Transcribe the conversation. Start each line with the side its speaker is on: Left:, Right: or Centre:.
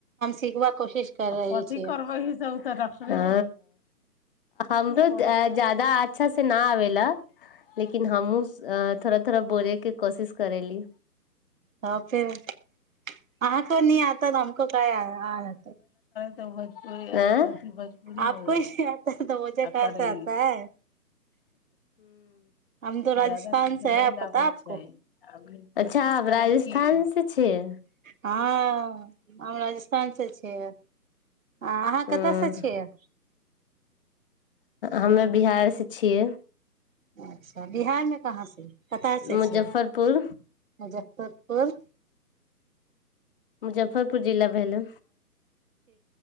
Right: सीखबाक कोशिश कर रहल
Left: आ कथि
Right: छियै
Left: करबै ह सब तऽ र हमरो जादा अच्छा से न आबेला लेकिन हमहुं थोड़ा थोड़ा बोलेके कोशिश करेली
Right: तऽ फेर अहाँ को न आता त हम आ आर
Left: आ भोजपुररी
Right: आपको
Left: हो गेलै
Right: ही नहीं आता तो मुझे कहाँ
Left: आ करी
Right: से आता है हम तो राजस्थान
Left: जादा कछो
Right: से
Left: नहि
Right: है पता
Left: आबै
Right: आपको
Left: छैच्ा राजस्थान स छियै
Right: हँ राजस्थान स छियै आ अहाँ
Left: ह
Right: कतयसँ छियै
Left: हमे बिहार से छियै
Right: अच बिहारमे कहाँ से कतय से
Left: मुजफ्फरपुर
Right: छियै तपर
Left: मुजफ्फरपुर जिला भेलू